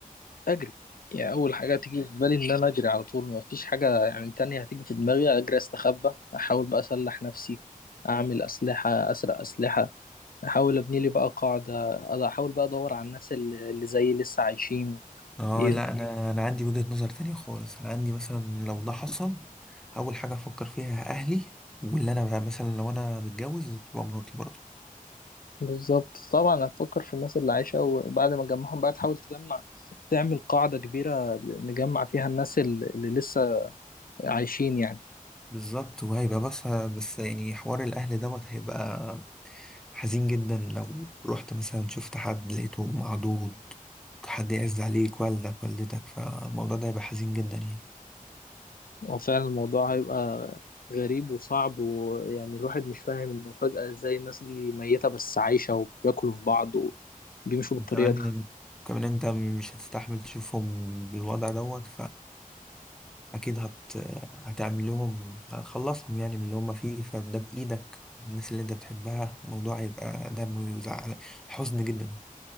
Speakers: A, on the left; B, in the centre.
A: اجري يعني اول حاجه تيجي في بالي ان انا اجري على طول ما فيش حاجه يعني تانية هتيجي في دماغي اجري استخبى احاول بقى اسلح نفسي اعمل اسلحه اسرق اسلحه احاول ابني لي بقى قاعده أض- احاول بقى ادور على الناس اللي اللي زيي لسه عايشين
B: اه
A: ايه
B: لا انا انا عندي وجهة نظر تانية خالص انا عندي مثلا لو ده حصل اول حاجة افكر فيها اهلي واللي انا بقى مثلا لو انا متجوز تبقى مراتي برضه
A: بالظبط طبعا هتفكر في الناس اللي عايشه وبعد ما تجمعهم بقى تحاول تجمع تعمل قاعده كبيره نجمع فيها الناس اللي اللي لسه عايشين يعني
B: بالظبط وهيبقى بس بس يعني حوار الاهل دوت هيبقى حزين جدا لو رحت مثلا شفت حد لقيته معدود حد يعز عليك والدك والدتك فالموضوع ده هيبقى حزين جدا يعني
A: هو فعلا الموضوع هيبقى غريب وصعب ويعني الواحد مش فاهم انه فجأة ازاي الناس دي ميتة بس عايشة وبياكلوا في بعض وبيمشوا
B: وكمان
A: بالطريقة
B: كمان انت مش هتستحمل تشوفهم بالوضع دوت اكيد هت... هتعمل لهم هتخلصهم يعني من اللي هم فيه فده بايدك الناس اللي انت بتحبها الموضوع هيبقى دم وزعل حزن جدا